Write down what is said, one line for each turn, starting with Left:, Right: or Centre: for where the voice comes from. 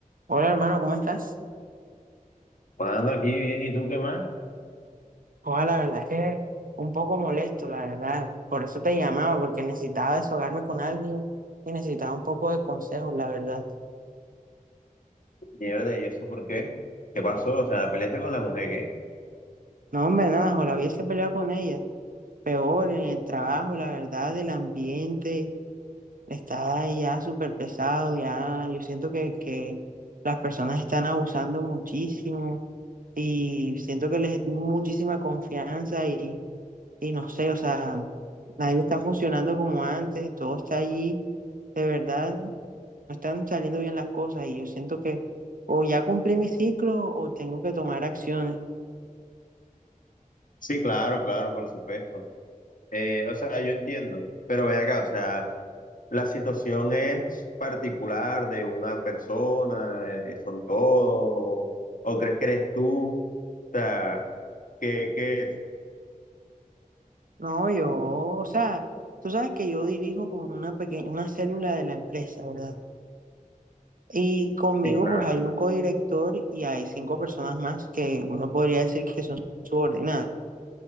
Right: Hola hermano, ¿cómo estás?
Left: Jugando aquí bien, ¿y tú qué más?
Right: Hola, la verdad es que un poco molesto, la verdad. Por eso te llamaba, porque necesitaba desahogarme con alguien y necesitaba un poco de consejos, la verdad.
Left: Mierda, ¿y eso por qué? ¿Qué pasó? O sea, ¿peleaste con la mujer, qué?
Right: No, hombre, nada, o la hubiese peleado con ella. Peor en el trabajo, la verdad, el ambiente está ya súper pesado, ya yo siento que, que las personas están abusando muchísimo y siento que les di muchísima confianza y no sé, o sea, nadie está funcionando como antes, todo está allí, de verdad, no están saliendo bien las cosas y yo siento que o ya cumplí mi ciclo o tengo que tomar acciones.
Left: Sí, claro, claro, por supuesto. Eh, o sea, yo entiendo, pero ven acá, o sea, la situación es particular de una persona, eh, son todos, o, o crees que eres tú, o sea, que, que,
Right: No, yo, o sea, tú sabes que yo dirijo como una pequeña, una célula de la empresa, ¿verdad? Y conmigo
Left: sí, claro,
Right: pues hay un codirector y hay cinco personas más que uno podría decir que son subordinadas.